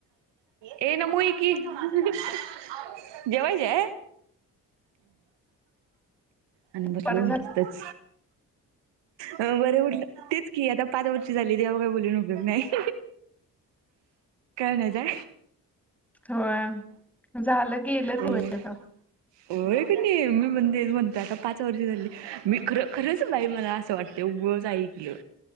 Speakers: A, on the right; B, in the centre.
A: ये नमु ये की जेवायची हाय. आणि बसलो
B: बरं
A: मी
B: झालं
A: तिथंच, अ बर उठलं की आता पाच वर्ष झाली, तेव्हा काही बोलून उपयग नाही. काय नाही ताई.
B: होय झालं. गेलं
A: होय
B: ते आता.
A: होय कणी मी तेचं म्हणतेय आता पाच वर्ष झाली. मी खर खरंच बाई मला असं वाटते उगाच ऐकलं.